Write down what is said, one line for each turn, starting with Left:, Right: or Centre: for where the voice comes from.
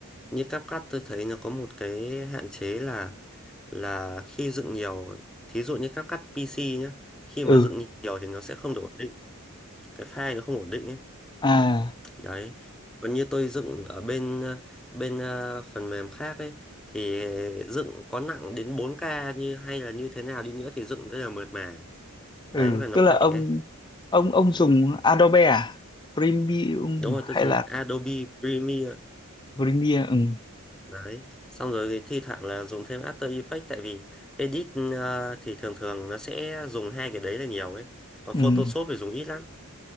Centre: như cáp cắt tôi thấy nó có một cái hạn chế là là khi dựng nhiều thí dụ như cáp cắt PC nhá khi
Left: ừ
Centre: mà dựng nhiều thì nó sẽ không được ổn định cái file nó không ổn định ấy
Left: à
Centre: đấy còn như tôi dựng ở bên ờ, bên ờ, phần mềm khác ấy thì dựng có nặng đến bốn k như hay là như thế nào đi nữa thì dựng rất là mượt mà
Left: ừ
Centre: đấy và nó
Left: tức
Centre: khỏe
Left: là ông
Centre: ấy.
Left: ông ông
Centre: Đấy.
Left: dùng Adobe à Premium
Centre: đúng rồi
Left: hay
Centre: tôi dùng
Left: là
Centre: Adobe Premiere
Left: Premiere ừ.
Centre: Đấy, xong rồi thì thi thoảng là dùng thêm After Effects tại vì edit ờ, thì thường thường nó sẽ dùng hai cái đấy là nhiều ấy. Còn
Left: ừ.
Centre: Photoshop thì dùng ít lắm.